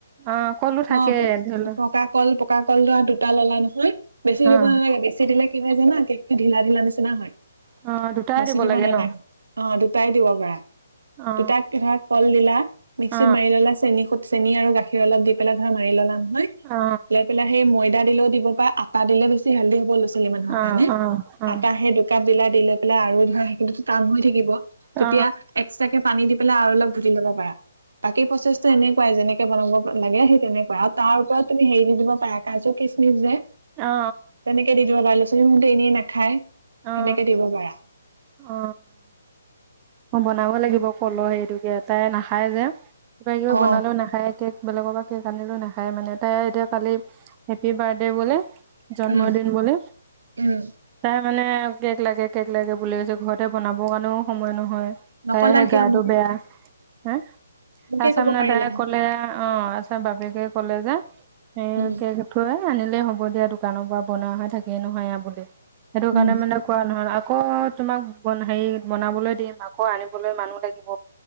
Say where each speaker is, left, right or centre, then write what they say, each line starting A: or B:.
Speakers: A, on the right; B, on the right.
A: অ', কলো থাকে
B: অ প
A: ধৰি ল
B: পকা কল পকা কল ধৰা দুটা ললা ন। হয়। বেছি দিব
A: অ',
B: নালাগে বেছি দিলে কি হয় জানা কেক- ঢিলা ঢিলা নিচিনা হয়।
A: অ দুটাই
B: বেছি দিব
A: লাগে
B: নালাগে।
A: ন
B: অ দুটাই দিব। ধৰা
A: অ
B: দুটাক ধৰা কল দিলা মিক্সিত
A: অ
B: মাৰি ললা চেন খু চেনি আৰু গাখীৰ অলপ দি পেলাই ধৰা মাৰি ললা মিক
A: অ
B: লৈ পেলাই সেই মই ডা দিলেও দিব প আটা দিলে বেছি হেলদি হব লুচ কেইদিনৰ
A: অ
B: কাৰনে।
A: অ অ
B: আটা সেই একাপ দিলা দি লৈ পেলাই আৰু ধৰা সেইখিনি টো টান হৈ থাকিব। তেতিয়া
A: অ অ
B: এক্সট্ৰাকে পানী দি পেলাই আৰু অলপ ভুটি ল'ব পাৰা। বাকী প্ৰচেছটো এনেকুৱাই যেনেক কে বনা বব লাগে সেই তেনেকুৱা আৰু তাৰ ওপৰত তুমি হেৰি দি দিব পাৰা কাজু কিচমিচ যে।
A: অ অ
B: তেনেকে দি দিবা বাইলচ তোমতে এনেই নাখায়।
A: অ
B: সেনেকে দিব পাৰা।
A: অ। মই বনাব লাগিব কলৰ সেইটোকে তাই নাখায় যে। কিবা কিবি
B: অ
A: বনালেও নাখায় কে বেলেগৰ পৰা কেক আনিলো নাখায়। মানে তাই এতিয়া কালি হেপী বাৰ্ডডে বোলেহ। জন্মদিন
B: উম
A: বুলি
B: উম
A: তাই মানে। কেক লাগে কেক লাগে <unintelligible> বুলৈছে ঘৰতে বনাব কাৰণেও সময় নহ হয়।
B: নকলা
A: খাইহে
B: কিয়
A: গাটো
B: মোক
A: বেয়া। হা।
B: মোকে
A: আচাম
B: কব
A: নাডা
B: পাৰিলা হয়
A: কলে অ, আছ তাৰ বাপেকে ক'লে যে। সেয়
B: উম
A: কে কাথুৱাই। এ, আনিলে হ'ব দিয়া দোকানৰ পৰা। বনোৱা হৈ থাকিয়ে নহয় এয়া বুলি। সেইটো
B: উম
A: কাৰণে মানে কোৱা নহল। আপ কৌ তোমাক বনা হেৰি বনাবলৈ দিম। আকৌ আনিবলৈ মানুহ লাগিব।